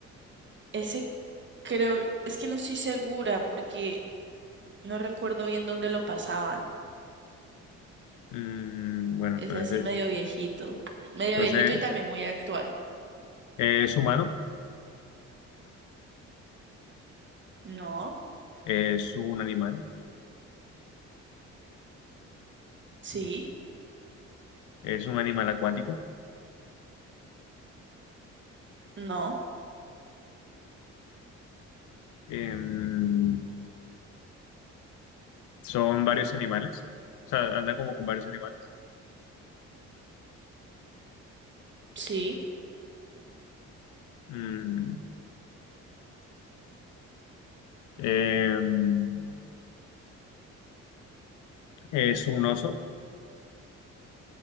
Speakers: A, on the right; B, on the left.
A: ese creo, es que no estoy segura porque no recuerdo bien dónde lo pasaban.
B: Mm, bueno,
A: Es
B: entonces,
A: así medio viejito. Medio
B: entonces
A: viejito y también muy actual.
B: es humano,
A: No,
B: es un animal,
A: sí,
B: es un animal acuático.
A: no,
B: Em, son varios animales, o sea, anda como con varios animales.
A: sí,
B: Mm, em, es un oso,